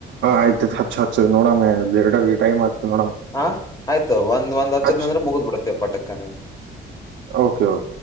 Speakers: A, on the right; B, on the left.
A: ಆಯ್ತತ್ ಹಚ್ ಹಚ್ಚ ನೋಡಮ ಎರಡ ಟೈಮ್ ಆಗ್ತ ನೋಡಮ್.
B: ಹ ಆಯ್ತು ಒಂದ್ ಒಂದ್ ಹಚ್ಚದ್
A: ಹಚ್
B: ಅಂದ್ರೆ ಮುಗ್ದ್ ಬಿಡ್ತ್ತೆ ಪಾಕ್ಕನ.
A: Okay okay.